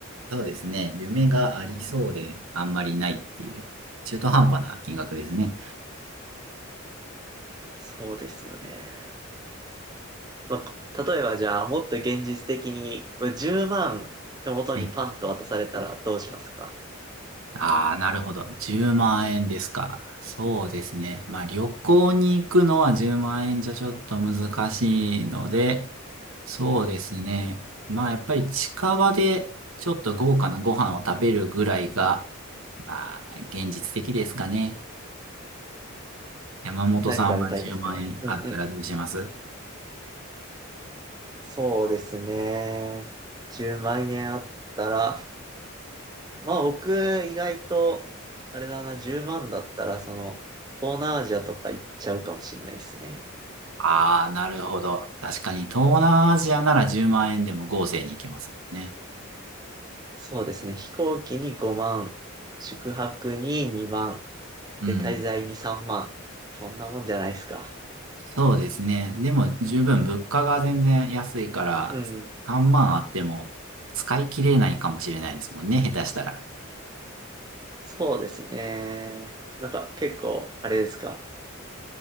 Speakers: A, on the right; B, on the right.
A: そうですね。夢がありそうで、あんまりないっていう、中途半端な金額ですね。
B: そうですよね。まあ、例えばじゃあ、もっと現実的に、これ10万手元にパンと渡されたらどうしますか
A: はいああ、なるほど。10万円ですか。そうですね。まあ、旅行に行くのは10万円じゃちょっと難しいので、そうですね。まあ、やっぱり近場でちょっと豪華なご飯を食べるぐらいが、まあ、現実的ですかね。山本さんは10万円あったらどうします
B: 何食べたいですかうんうん。そうですね。10万円あったら、まあ僕意外と、あれだな、10万だったら、その、東南アジアとか行っちゃうかもしれないですね。
A: ああ、なるほど。確かに、東南アジアなら10万円でも豪勢に行けますもんね。
B: そうですね。飛行機に5万、宿泊に2万、
A: うん。
B: で、滞在に3万。そんなもんじゃないですか。
A: そうですね。でも、十分物価が全然安いから、
B: うん。
A: 3万あっても使い切れないかもしれないですもんね、下手したら。い
B: そうですね。なんか結構、あれですか。